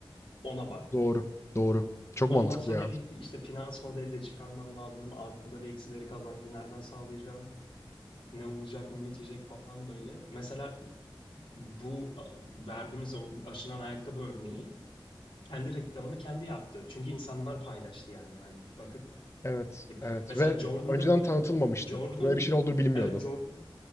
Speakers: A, on the left; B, on the left.
A: Ona bak.
B: Doğru. Doğru. Çok
A: Ondan
B: mantıklı
A: sonra
B: ya.
A: bir işte finans modeli de çıkarman lazım. Artıları, eksileri, kazancı nereden sağlayacağım? Ne olacak, ne bitecek falan böyle. Mesela bu verdiğimiz o aşınan ayakkabı örneği kendi reklamını kendi yaptı. Çünkü insanlar paylaştı yani. Hani bakın
B: Evet.
A: gibi.
B: Evet.
A: Mesela
B: Ve
A: Jordan'da
B: önceden
A: bu
B: tanıtılmamıştı.
A: Jordan
B: Böyle bir şeyin olduğu bilinmiyordu.
A: evet Jordan